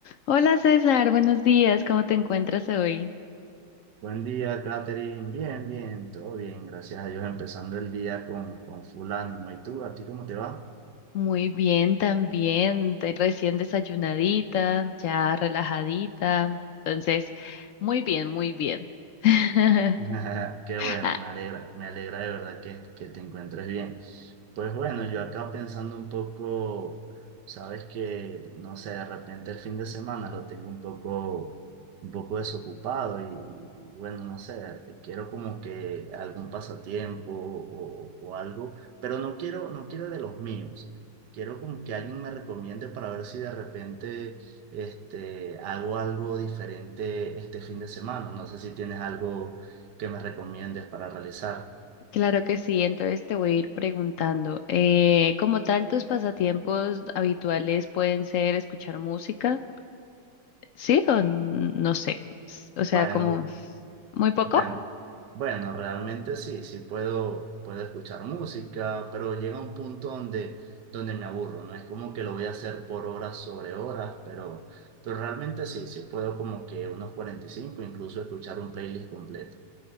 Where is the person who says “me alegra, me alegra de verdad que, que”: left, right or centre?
Right